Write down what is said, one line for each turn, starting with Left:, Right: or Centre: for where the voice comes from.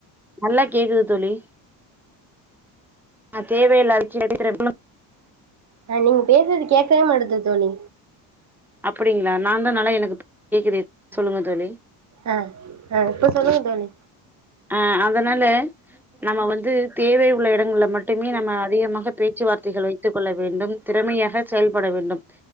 Centre: நல்லா கேக்குது தோழி அ தேவையில்லா விஷ்யங் கேக்குறப்போ
Right: அ நீங்க பேசுறது கேக்கவே மாட்டது தோனி
Centre: அப்புடிங்களா நான்த நாளே எனக்கு கேக்குது சொல்லுங்க தோழி
Right: அ ஆ இப்ப சொல்லுங்க தோழி
Centre: அ அம் அதனால நம்ம வந்து தேவை உள்ள எடங்கல்ல மட்டுமே நம்ம அதிகமாக பேச்சுவார்த் <unintelligible> வைத்துக் கொள்ள வேண்டும் திறமையாக செயல்பட வேண்டும்